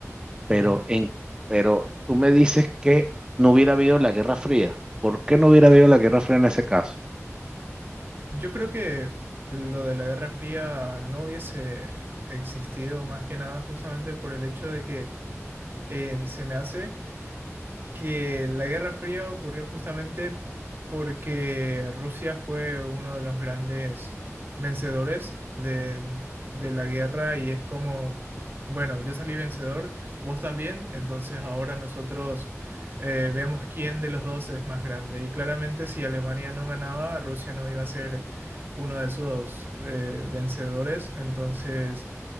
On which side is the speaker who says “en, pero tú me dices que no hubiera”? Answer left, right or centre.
Right